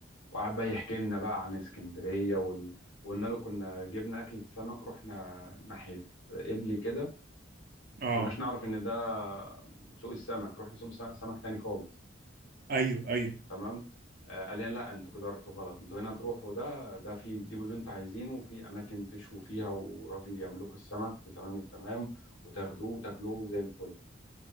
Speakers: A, on the left (about 85°); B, on the right (about 45°).
A: وقعد بقى يحكي لنا بقى عن اسكندرية وال... وقلنا له كنا جبنا أكلة سمك رحنا ناحية قبلي كده ما
B: اه
A: كناش نعرف إن ده سوق السمك رحنا سوق س- سمك تاني خالص
B: ايوه ايوه
A: تمام آه قال لنا لا انتوا كده رحتوا غلط انتوا هنا تروحوا ده ده في تجيبوا اللي انتوا عايزينه وفي أماكن تشووا فيها وراجل يعمل لكم السمك وتمام التمام وتاخدوه وتاكلوه زي الفل